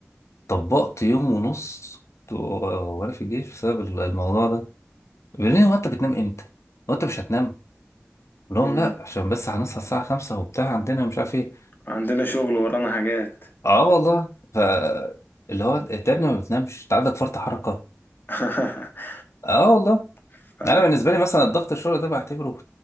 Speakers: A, on the left; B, on the left.
A: طبقت يوم ونص كنت وانا في الجيش بسبب الموضوع ده بيقول لي هو انت بتنام امتى؟ هو انت مش هتنام؟ قلت
B: مم.
A: لهم لا عشان بس هنصحى الساعه 5 وبتاع عندنا مش عارف ايه
B: عندنا شغل ورانا حاجات
A: اه والله ف اللي هو انت يا ابني ما بتنامش انت عندك فرط حركه
B: <laughs>
A: اه والله
B: ف...
A: انا بالنسبه لي مثلا الضغط الشغل ده بعتبره